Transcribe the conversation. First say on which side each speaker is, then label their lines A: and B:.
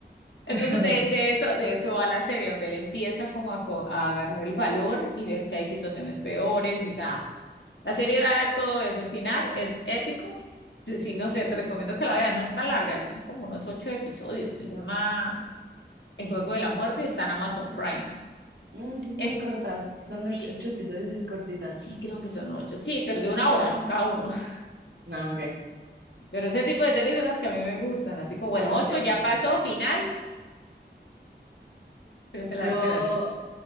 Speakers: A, on the left; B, on the right.
A: Entonces
B: <laughs>
A: de, de eso, de eso va la serie, donde él empieza como a, co- a agarrar el valor y ver que hay situaciones peores, o sea, la serie va de todo eso, el final es épico, sí, sí, no sé, te recomiendo que la veas, no es tan larga, de hecho son como unos ocho episodios, se llama El Juego de la Muerte y está en Amazon Prime,
B: Mm, sí, es muy
A: es,
B: corta. Son
A: sí,
B: ocho episodios y es cortita.
A: sí creo que son ocho, sí, pero de una hora, ¿no? Cada uno, <laughs>
B: No, ok.
A: pero ese tipo de series son las que a mí me gustan, así como, bueno,
B: Son los
A: ocho
B: que
A: ya
B: te
A: pasó,
B: gustan.
A: final, pero te la,
B: Yo.
A: te la,